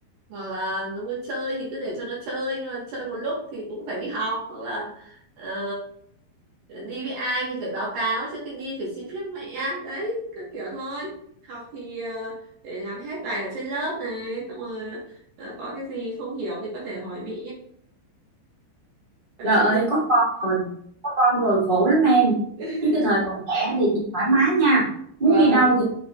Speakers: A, on the right; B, on the right.
A: hoặc là nó muốn chơi thì cứ để cho nó chơi nhưng mà chơi một lúc thì cũng phải đi học hoặc là ờ, đi với ai thì phải báo cáo trước khi đi phải xin phép mẹ đấy các kiểu thôi học thì ờ, để làm hết bài ở trên lớp này xong rồi ờ, có cái gì không hiểu thì có thể hỏi mẹ còn
B: Trời
A: chị
B: ơi,
A: thì
B: có con rồi, có con rồi khổ lắm em.
A: <laughs>
B: Chứ cái thời còn trẻ thì chị thoải mái nha. Muốn
A: vâng
B: đi đâu thì